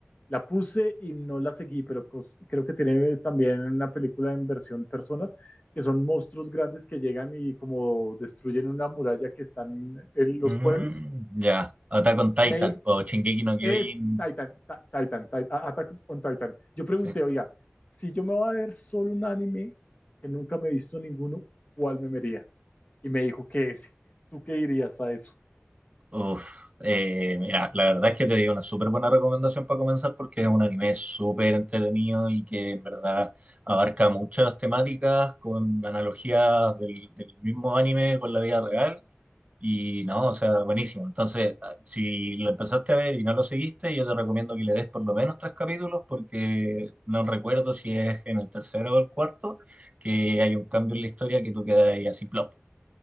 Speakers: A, on the left; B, on the right.
A: la puse y no la seguí, pero cos- creo que tiene también una película en versión personas, que son monstruos grandes que llegan y como destruyen una muralla que están en los
B: Mm,
A: pueblos.
B: ya, Attack on Titan
A: Me,
B: o Shingeki no Kyojin.
A: es Titan, Ta- Titan, Ti- A- Attack on Titan. Yo pregunté,
B: Sí.
A: oiga, si yo me voy a ver solo un anime que nunca me he visto ninguno, ¿cuál me vería? Y me dijo que ese. ¿Tú qué dirías a eso?
B: Uf, eh, mira, la verdad es que te digo una súper buena recomendación para comenzar porque es un anime súper entretenido y que en verdad abarca muchas temáticas con analogías del, del mismo anime con la vida real y no, o sea, buenísimo. Entonces, ah, si lo empezaste a ver y no lo seguiste, yo te recomiendo que le des por lo menos tres capítulos porque no recuerdo si es en el tercero o el cuarto que hay un cambio en la historia que tú quedas ahí así, plop.